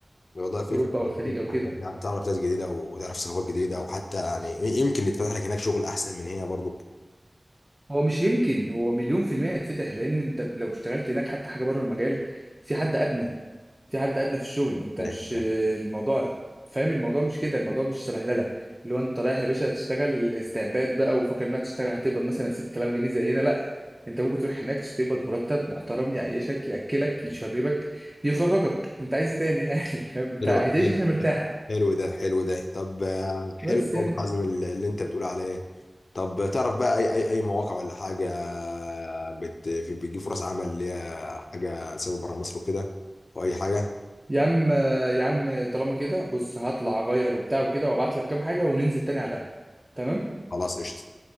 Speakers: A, on the left; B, on the right.
A: والله فكرة
B: اوروبا او الخليج
A: فكرة
B: او كده
A: حتى انت تعرف ناس جديدة وتعرف ثقافات جديدة وحتى يعني يمكن يتفتح لك هناك شغل أحسن من هنا برضو
B: هو مش يمكن هو مليون في المية هيتفتح لان انت لو اشتغلت هناك حتى حاجه بره المجال في حد ادنى في حد ادنى في الشغل انت
A: فاهم
B: مش
A: فاهم.
B: الموضوع فاهم الموضوع مش كده الموضوع مش سبهلله اللي هو انت رايح يا باشا تشتغل استعباد بقى وفاكر انك تشتغل هتقبض مثلا 6000 جنيه زي هنا لا انت ممكن تروح هناك تقبض مرتب محترم يعيشك ياكلك يشربك يخرجك انت عايز ايه تاني يعني <laughs> فاهم انت
A: حلو
B: هتعيش
A: حلو
B: عشان مرتاحه
A: حلو ده حلو ده طب آه،
B: بس
A: حلو ده والله
B: يعني
A: العظيم اللي اللي انت بتقول عليه طب تعرف بقى أي أي أي مواقع ولا حاجة بت في- بتجيب فرص عمل اللي هي حاجة سبب بره مصر وكده أو أي حاجة
B: يا عم يا عم طالما كده بص هطلع اغير وبتاع وكده وابعت لك كام حاجه وننزل تاني على القهوه تمام
A: خلاص قشطة